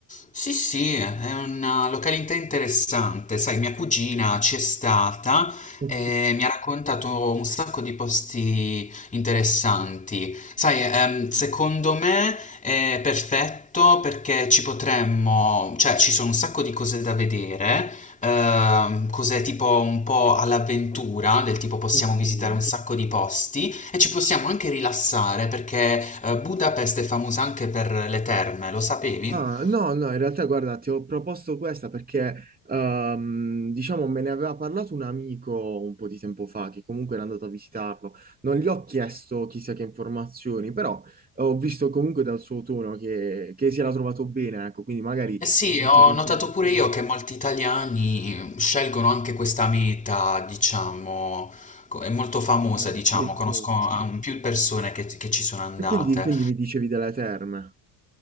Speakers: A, on the left; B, on the right.
A: sì, sì, è una località interessante. Sai, mia cugina c'è stata
B: Ok.
A: e mi ha raccontato un sacco di posti interessanti. Sai, ehm, secondo me è perfetto perché ci potremmo, cioè ci sono un sacco di cose da vedere, ehm, cose tipo un po' all'avventura, del tipo possiamo
B: Ok.
A: visitare un sacco di posti. E ci possiamo anche rilassare perché eh, Budapest è famosa anche per le terme, lo sapevi?
B: Ah, no, no, in realtà guarda, ti ho proposto questa perché, ehm, diciamo, me ne aveva parlato un amico un po' di tempo fa, che comunque era andato a visitarlo. Non gli ho chiesto chissà che informazioni, però eh, ho visto comunque dal suo tono che, che si era trovato bene, ecco, quindi magari...
A: Eh sì,
B: Penso
A: ho
B: che
A: notato
B: tu-
A: pure io che molti italiani scelgono anche questa meta, diciamo, co- è molto famosa,
B: eh,
A: diciamo,
B: Sì,
A: conosco
B: sì.
A: ah, più persone che, che ci sono andate.
B: E quindi, quindi mi dicevi delle terme.